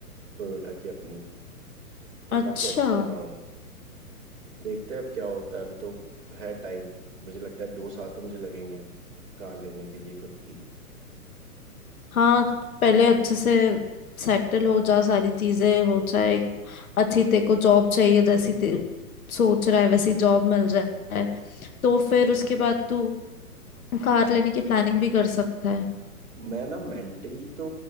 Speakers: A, on the right; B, on the left.
A: टोयोटा की अपनी तो
B: अच्छा
A: काफी अच्छी हाँ देखते हैं अब क्या होता है अभी तो है टाइम मुझे लगता है दो साल तो मुझे लगेंगे कार लेने के लिए खुद की
B: हाँ पहले अच्छे से सेटल हो जा सारी चीजें हो जाए एक अच्छी तेरे को जॉब चाहिए जैसी ते सोच रहा है वैसी जॉब मिल जाए तो फिर उसके बाद तू कार लेने की प्लानिंग भी कर सकता है
A: मैं ना मेंटली तो